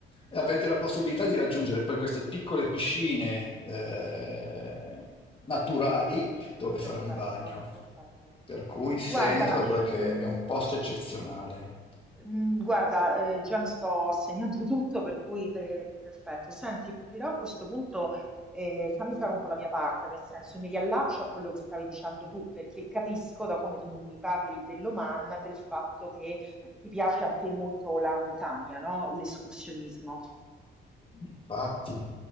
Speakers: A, on the left; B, in the centre.
A: E avete la possibilità di raggiungere poi queste piccole piscine eh, naturali dove fare
B: perfetto,
A: un bagno.
B: perfetto.
A: Per cui segnatelo
B: Guarda, ehm,
A: perché è un posto eccezionale.
B: Mhmm, guarda, ehm, già mi sto segnando <laughs> tutto per cui pe perfetto. Senti, però a questo punto, ehm, fammi fare un po' la mia parte, nel senso mi riallaccio a quello che stavi dicendo tu, perché capisco da come tu mi parli dell'Oman, del fatto che ti piace a te molto la montagna, no, l'escursionismo.
A: Infatti,